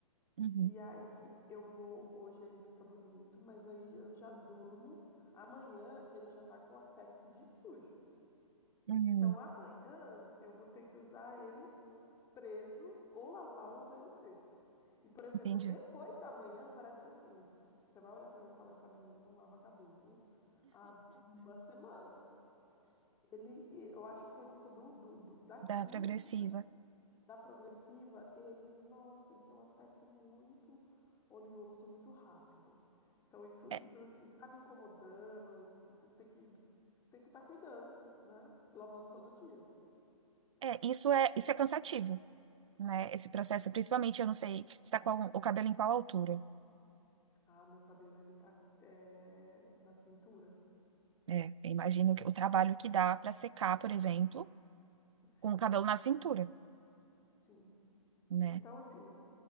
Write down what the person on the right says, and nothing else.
uhum,
uhum,
entendi.
Da progressiva.
É,
é, isso é, isso é cansativo, né? Esse processo, principalmente, eu não sei, se está com o cabelo em qual altura.
né? eu imagino que o trabalho que dá para secar, por exemplo,
com o cabelo na cintura,
né?